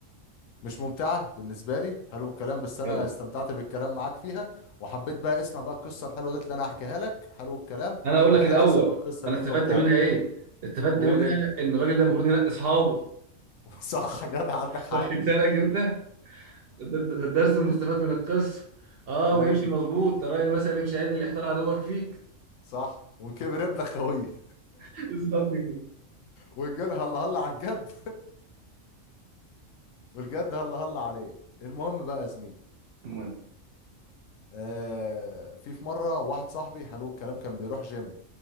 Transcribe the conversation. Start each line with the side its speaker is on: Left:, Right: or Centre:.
Left: مش ممتعه بالنسبه لي حلو الكلام بس انا
Right: حلو
Left: استمتعت بالكلام معاك فيها وحبيت بقى اسمع بقى القصه الحلوه دي اللي انا هحكيها لك حلو الكلام
Right: انا اقول
Left: هتلاقي
Right: لك الاول
Left: احسن من القصه
Right: انا
Left: اللي انت
Right: استفدت
Left: قلتها
Right: منها
Left: دي
Right: ايه استفدت
Left: قول
Right: منها
Left: انت
Right: ان الراجل ده المفروض ينقي اصحابه
Left: <laughs> صح جدع عندك
Right: <laughs>
Left: حق
Right: واخد بالك انت ده ده- ده الدرس المستفاد من القصه اه
Left: ماشي
Right: ويمشي مظبوط ترى المثل يمشي عدل يحتار عدوك فيك
Left: صح وكبر ابنك خويه
Right: <laughs> بالظبط كده
Left: والجل هلا هلا على الجد <laughs> والجد هلا هلا عليه المهم بقى يا زميلي
Right: المهم
Left: آه في في مره واحد صاحبي حلو الكلام كان بيروح جيم